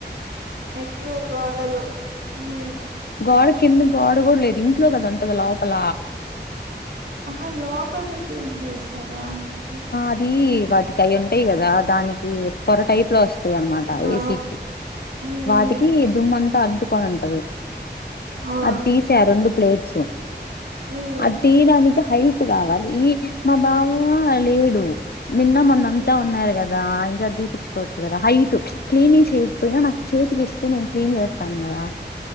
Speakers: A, on the right; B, on the left.
A: ఎక్కువ గోడలు మ్మ్
B: గోడ కింద గోడ కూడా లేదు ఇంట్లో కద ఉంటది లోపల
A: ఆహా లొపల క్లిన్ చేసావా అయితే
B: అది వాటికి అవి ఉంటాయి కదా దానికి పొర టైప్ లో వస్తాయి అన్నమాట
A: ఆ
B: ఏసీకి
A: హ్మ్
B: వాటికి దుమ్ము అంతా అంటుకొని ఉంటది
A: అవును
B: అది తీసా రెండు ప్లేట్స్
A: హ్మ్
B: అది తీయడానికి హైట్ కావాలి ఈ మా బావ లేడు నిన్న మొన్న
A: హ్మ్
B: అంతా ఉన్నారు కదా ఎంజాయ్ దీపి కొవచ్చు కదా హైట్ క్లీనింగ్ చేయకపోయినా నాకు చేతికి ఇస్తే నేను క్లీన్ చేస్తాను కదా